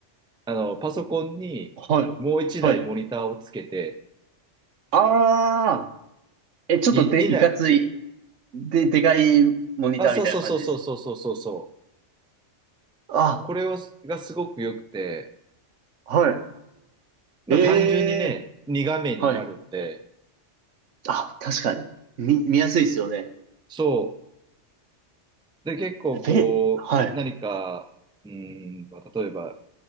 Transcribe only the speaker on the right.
はい。はい。ああ、え、ちょっとで、
いかつい、で、でかいモニターみたいな感じです。
あ、
はい。
ええ、
はい。あ、確かに。見、見やすいですよね。
え、はい。